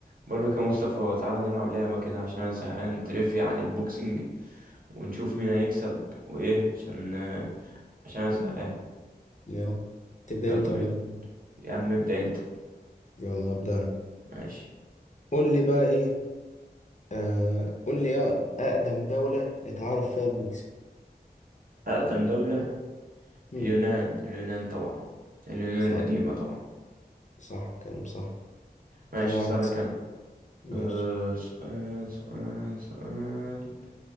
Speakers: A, on the right; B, on the left.
A: بقول لك يا مصطفى تعالى نلعب لعبة كده عشان انا زهقان تريفيا عن البوكسنج ونشوف مين هيكسب وايه عشان عشان انا زهقان
B: يلا تبدأ
A: يلا
B: انت
A: بينا
B: ولا أبدأ؟
A: يا عم ابدأ انت
B: يلا هبدأ انا
A: ماشي
B: قول لي بقى ايه آه قول لي ايه أق- أقدم دولة اتعرف فيها البوكسنج
A: أقدم دولة
B: امم
A: اليونان اليونان طبعا اليونان
B: صح
A: القديمة طبعا
B: صح كلام صح
A: ماشي
B: كده واحد
A: سؤالك
B: صفر.
A: انا
B: ماشي
A: أه سؤال سؤال سؤال